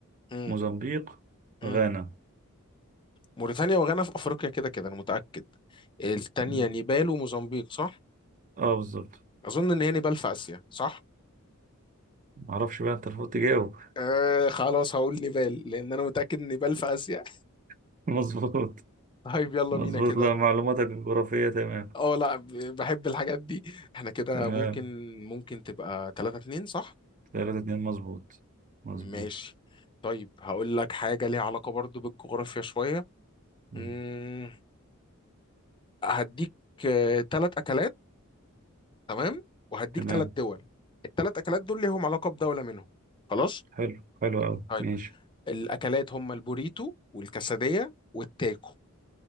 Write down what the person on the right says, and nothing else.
موزمبيق
غانا
مم.
اه بالظبط
معرفش بقى انت المفروض تجاوب
<laughs> مظبوط
مظبوط
لا معلوماتك الجغرافية تمام
تمام
ثلاثة اتنين مظبوط مظبوط
مم.
تمام
حلو حلو أوي
ماشي